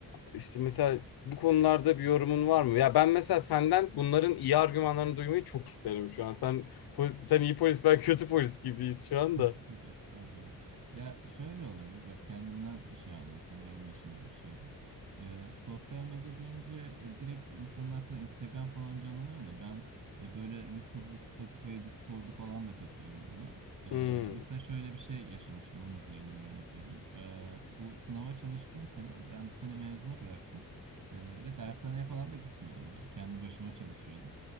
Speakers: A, on the left; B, on the right.
A: işte mesela bu konularda bir yorumun var mı? Ya ben mesela senden bunların iyi argümanlarını duymayı çok isterim şu an. Sen polis- sen iyi polis, ben kötü polis gibiyiz şu
B: <laughs>
A: anda.
B: Estağfurullah. Ya şöyle olabilir. Bak kendimden bir şey anlatayım. Benim yaşadığım bir şey bu. Ee, sosyal medya deyince e, direkt insanın aklına Instagram falan canlanıyor da ben e, böyle YouTube'u, Spotify'ı, Discord'u falan da katıyorum buna. Ee,
A: Hmm.
B: mesela şöyle bir şey yaşamıştım. Onun üzerinden örnek vereyim. Ee, bu sınava çalıştığım sene ben bir sene mezuna bıraktım. Ee, ve dershaneye falan da gitmiyordum böyle. Kendi başıma çalışıyordum.